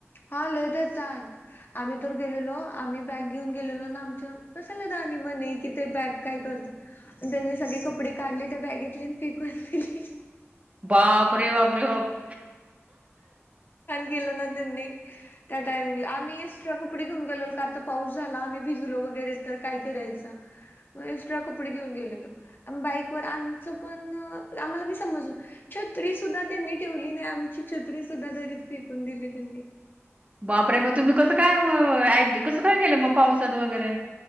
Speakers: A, on the left (about 45°); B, on the right (about 30°).
A: हा लय देतात आम्ही तर गेलेलो आम्ही बॅग घेऊन गेलेलो ना आमच्या कशला जाणी म्हणे कि ते बॅग काय करत आणि त्यांनी सगळे कपडे काढले त्या बॅगेतले फेकून दिली.
B: बापरे बापरे बाप!
A: केल ना त्यांनी त्या टायमिंगला आम्ही एक्स्ट्रा कपडे घेऊन गेलेलो काता पाऊस झाला आम्ही भिजलो वगैरे तर काय करायच एक्स्ट्रा कपडे घेऊन गेलेलो बाईक व आमच पण आम्हाला बी समजल छत्री सुद्धा त्यांनी ठेवली. आणि आमची छत्री सुद्धा दरीत फेकून दिली त्यांनी.
B: बापरे! मग तुम्ही कसं काय म कसं काय केलं मग पावसात वगैरे.